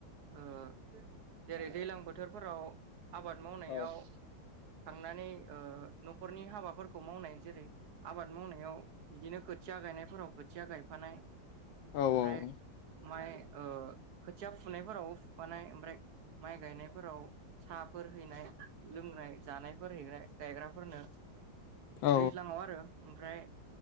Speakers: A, on the right (about 65°); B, on the left (about 80°).
A: ओ जेरै दैज्लां बोथोरफोराव आबाद मावनायाव
B: औ
A: थांनानै ओ नखरनि हाबाफोरखौ मावनाय जेरै आबाद मावनायाव बिदिनो खोथिया गायनायफोराव खोथिया गायफानाय
B: औ
A: ओमफ्राय
B: औ
A: माइ ओ खोथिया फुनायफोरावबो फुफानाय ओमफ्राय माइ गायनायफोराव साहाफोर हैनाय लोंनाय जानायफोर हैनाय गायग्राफोरनो
B: औ
A: दैज्लाङाव आरो ओमफ्राय